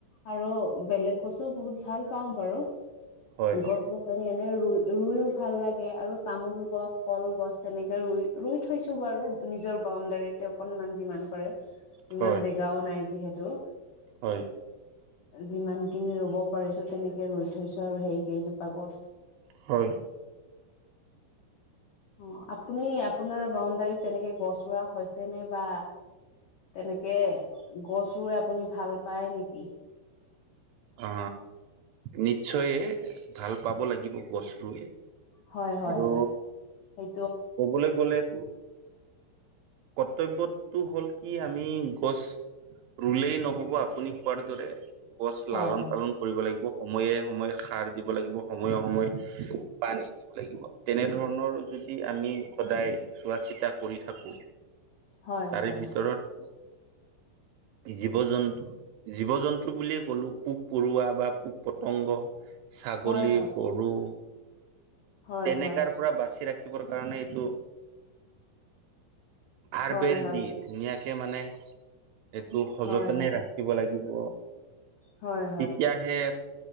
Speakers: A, on the left (about 80°); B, on the right (about 80°).
A: আৰু বেলেগ বস্ত- টো বহুত ভাল পাও বাৰু
B: হয়,
A: গছ গছনি এনে ৰুই। ৰুইও ভাল লাগে আৰু তামোল, গছ কলগছ তেনেকে ৰুই ৰুই থৈছো বাৰু নিজৰ বাউণ্ডাৰীতে অকনমান যিমান পাৰে ইমান
B: হয়,
A: জেগাও নাই যিহেতু।
B: হয়,
A: যিমানখিনি ৰব। পাৰিছো তেনেকে ৰুই থৈছো আৰু সেই কেইজোপা গছ।
B: হয়।
A: অ আপুনি আপোনাৰ বাউণ্ডাৰীত তেনেকে গছ ৰোৱা হৈছে যেনিবা তেনেকে গছ ৰুই আপুনি ভাল পায় নিকি?
B: অ নিশ্চয়ে ভাল পাব লাগিব গছ ৰুই।
A: হয় হয়
B: আৰু
A: হয় সেই।
B: কবলৈ গলেটো কৰ্তব্যটো হ'ল কি আমি। গছ ৰুলেই নহ'ব আপুনি কোৱাৰ দৰে গছ
A: হয়
B: লালন
A: হয়
B: পালন কৰিব লাগিব। সময়ে সময়ে সাৰ দিব লাগিব সময়ে সময়ে পানী দিব লাগিব তেনেধৰণৰ। কি আমি সদায় চোৱা চিতা কৰি থাকো
A: হয়
B: তাৰে
A: হয়
B: ভিতৰত।
A: হয়।
B: জীৱ জন্তু জীৱ জন্তু বুলিয়ে ক'লো পোক পৰুৱা বা পোক পতংগ। ছাগলী
A: হয়
B: গৰু।
A: হয়
B: তেনেকাৰ
A: হয় হয়
B: পৰা বাচি ৰাখিবৰ কাৰণে এইটো। আৰ
A: হয়
B: বেৰ
A: হয়
B: দি ধুনীয়াকে মানে। এইটো সযতনে
A: হয়
B: ৰাখিব লাগিব
A: হয়
B: তেতিয়াহে।